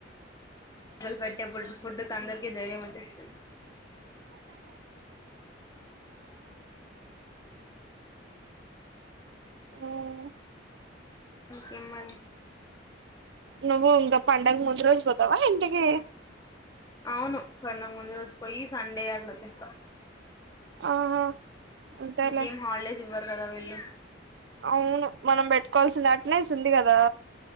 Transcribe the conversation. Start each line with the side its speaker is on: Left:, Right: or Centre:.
Left: మొదలు పెట్టే ఫుడ్డుకు అందరికీ ధైర్యం వచ్చేస్తుంది
Right: ఉమ్
Left: ఓకే మరి
Right: నువ్వు ఇంకా పండగ ముందు రోజు పోతవా ఇంటికి
Left: అవును పండగ ముందు రోజు పోయి సండే అట్లా వచ్చేస్తా
Right: ఆహా అంతేలే
Left: ఇకేం హాలిడేస్ ఇవ్వారు కదా వీళ్ళు
Right: అవును మనం పెట్టుకోవాల్సి దే అటినేన్స్ ఉంది కదా